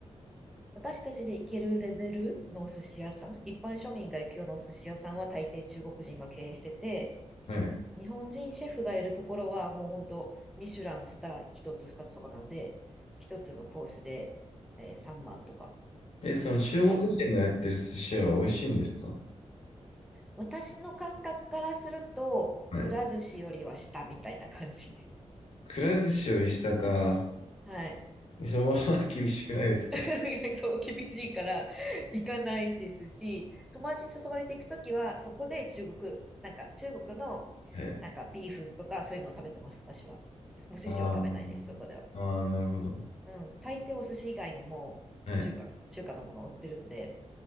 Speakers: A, in the centre; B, on the left.
A: 私たちで行けるレベルのお寿司屋さん、一般庶民が行くようなお寿司屋さんは大抵中国人が経営してて、
B: はい。
A: 日本人シェフがいるところはもう本当、ミシュランスター一つ二つとかなんで、一つのコースで、えー3万とか
B: え、その中国人がやってる寿司屋は美味しいんですか
A: 感私の感覚からすると、
B: はい。
A: くら寿司よりは下みたいな感じ。
B: くら寿司より下か、
A: <laughs> はい。
B: そのまま厳しくないですか
A: <laughs>
B: <laughs> は
A: そう、厳しいから行かないですし、友達に誘われて行くときは、そこで中国、なんか中国のなんかビーフンとかそういうのを食べてます、
B: い。
A: 私は。お寿司は食べないです、
B: あ
A: そこでは。
B: あ、ああ、なるほど。
A: うん、大抵お寿司以外にも中華、
B: はい。
A: 中華のもの売ってるんで、